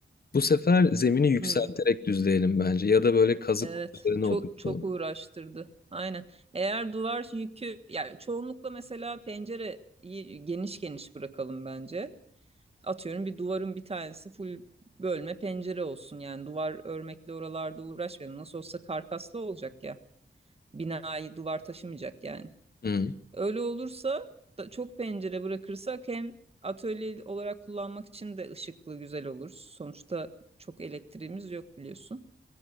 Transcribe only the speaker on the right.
Hmm,
evet.
Çok
çok uğraştırdı. Aynen. Eğer duvar yükü yani çoğunlukla mesela pencereyi geniş geniş bırakalım bence. Atıyorum bir duvarın bir tanesi full bölme pencere olsun. Yani duvar örmekle oralarda uğraşmayalım. Nasıl olsa karkaslı olacak ya. Binayı duvar taşımayacak yani.
Öyle olursa da çok pencere bırakırsak hem atölye olarak kullanmak için de ışıklı güzel olur. Sonuçta çok elektriğimiz yok biliyorsun.